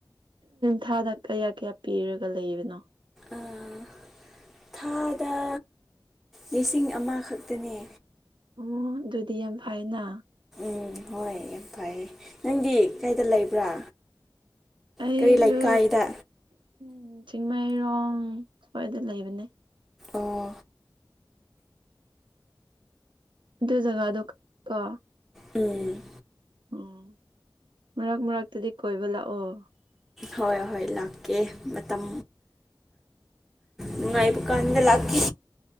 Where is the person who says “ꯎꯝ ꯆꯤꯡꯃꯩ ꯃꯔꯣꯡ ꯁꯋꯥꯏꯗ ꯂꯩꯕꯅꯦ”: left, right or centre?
Right